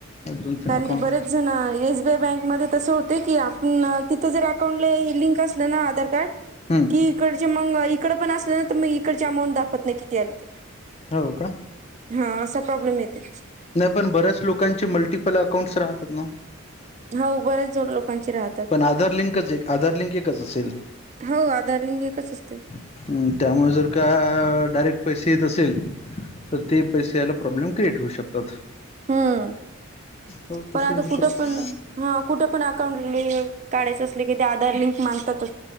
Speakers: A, on the left (about 30°); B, on the right (about 35°).
A: दोन तीन
B: कारण
A: अकाउंट
B: की बरेच, इथेच ना एसबीआय बँक मध्ये तसं होत की, आपण तिथं जर अकाउंट ला लिंक असलं ना आधार कार्ड.
A: हम
B: कि इकडचे मग इकड पण असले, ना तर मग इकडचे अमाऊंट दाखवत नाही किती आले ते.
A: हो का
B: हा असा प्रॉब्लेम येते
A: नाही. पण बऱ्याच लोकांची मल्टी आपल अकाउंटस राहतात ना.
B: हा उबरच जड लोकांची राहतात.
A: पण आधार लिंकच एक, आधार लिंक एकच असेल.
B: हो आधार लिंक एकच असते
A: हम, त्यामुळे जर का डायरेक्ट पैसे येत असेल. तर, ते पैसे याला प्रॉब्लेम क्रिएट होऊ शकतात.
B: हम्म,
A: हो
B: पण
A: तसे
B: आता
A: होऊ
B: कुठं
A: शकते.
B: पण हा कुठे पण अकाउंट लिंक काढायचं असले, की ते आधार लिंक मागतात.